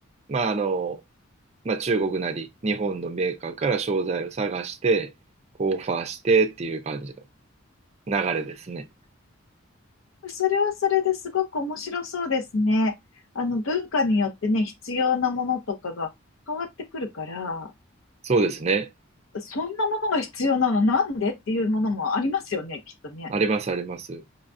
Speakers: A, on the right (about 35°); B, on the left (about 85°).
A: まあ、あの、まあ、中国なり日本のメーカーから商材を探して、こうオファーしてっていう感じの流れですね。
B: それはそれですごく面白そうですね。あの、文化によってね、必要なものとかが変わってくるから。
A: そうですね。
B: そんなものが必要なのなんでっていうものもありますよね、きっとね。
A: あります、あります。